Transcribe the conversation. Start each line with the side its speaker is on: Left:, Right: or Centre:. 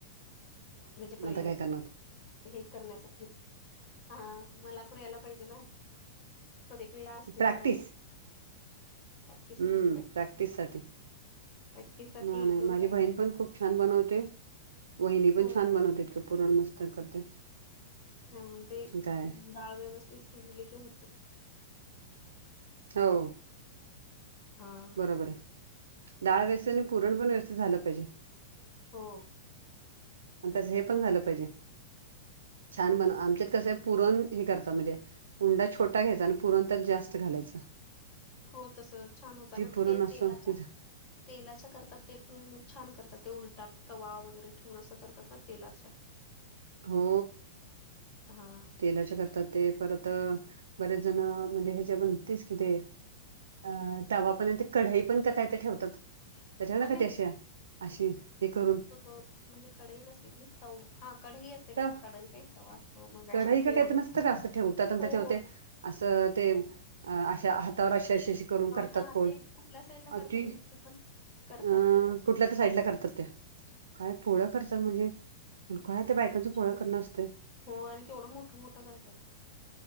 Left: <inaudible> प्रे
Right: आता काय करणार.
Left: हे करण्यासाठी हा मला पण यायला पाहिजे ना. प्रत्येक वेळा असतील
Right: प्रॅक्टिस
Left: का नाही. प्रॅक्टिस
Right: हम्म
Left: म्हणजे
Right: प्रॅक्टिस साठी.
Left: प्रॅक्टिस साठी
Right: ना
Left: एक
Right: नाही
Left: दोन
Right: माझी
Left: करते
Right: बहीण पण खूप छान बनवते वहिणी पण
Left: हो
Right: छान बनवते तीकड. पुरण मस्त करते.
Left: हा ते
Right: काय
Left: डाळ व्यवस्थित शिजले की होते.
Right: हो.
Left: <unintelligible> हा.
Right: बरोबर आहे डाळ व्यवस्थित आणि पुरण पण व्यवस्थित झालं पाहिजे
Left: हो.
Right: त्याच हे पण
Left: पुरण
Right: झालं पाहिजे छान बन आमच्यात कसं पुरण हे करता म्हणजे. उंडा छोटा घ्यायचा आणि पुरण जास्त घालायच.
Left: हो तस छान होत
Right: पुरण
Left: ते
Right: असं
Left: तेलाच्या.
Right: हे
Left: तेलाच्या करतात ते पण छान करतात ते उलटा तवा वगैरे ठेवून असं करतात ना तेलाच्या
Right: हो
Left: हा
Right: तेलाच्या करतात ते परत बरेच जण म्हणजे ह्याच्या पण तेच कि ते अ तवा कढाई पण का काय ते ठेवतात त्याच्यावर
Left: हा
Right: ना
Left: नाही
Right: का त्याशा अशी हे करून
Left: हो म्हणजे कडई नसती ती तऊ हा कडई असते ते काही
Right: तर
Left: कड काही वास्तो मगय
Right: कढई
Left: माहि
Right: का
Left: एवढं
Right: काय तर नसतं का असं ठेवतात आणि त्याच्यावर
Left: हो हो
Right: ते असं ते
Left: जास्त
Right: अ अशा हातावर अशा अ अशी करून करतात
Left: हा
Right: प
Left: ते कुठल्या साईडला करतात
Right: अ त
Left: माहिती पण करतात
Right: अ
Left: ते पण
Right: कुठल्या तर साईडला करतात त्या काय पोळ करतात म्हणजे काय बायकांच पोळ्या
Left: हो
Right: करणं असतंय
Left: आणि केवढं मोठं मोठं करतात